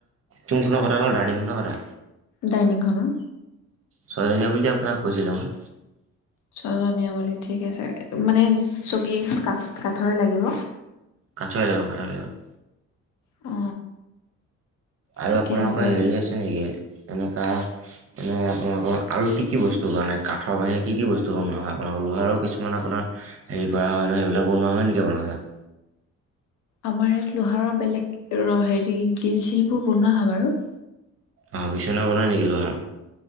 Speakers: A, on the right; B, on the left.
A: কোনখনৰ কথা হ'ল ডাইনিঙখনৰ কথা
B: ডাইনিংখনৰ
A: ছয়জনীয়া বুলি আপোনাক কৈছিলো মই
B: ছজনীয়া বুলি ঠিক আছে মানে চকী কেইখন কাষ কাঠৰে লাগিব
A: কাঠৰে লাগিব কাঠৰে লাগিব
B: অ
A: আৰু
B: ঠিকে
A: আপোনালোকৰ
B: আছে বাৰু
A: হেৰি আছে নেকি এনেকা এনেই আপোনালোকৰ আৰু কি কি বস্তু বনে কাঠৰ বাহিৰে কি কি বস্তু বনোৱা হয় আপোনালোকৰ লোহাৰৰ কিছুমান আপোনাৰ আপোনাৰ হেৰি কৰা হয় নহয় সেইবিলাক বনোৱা হয় নেকি আপোনাৰ তাত
B: আমাৰ ইয়াত লোহাৰৰ বেলেগ হেৰি গিল চিল বোৰ বনোৱা হয় বাৰু
A: অ বিছনা বনাই নেকি লোহাৰৰ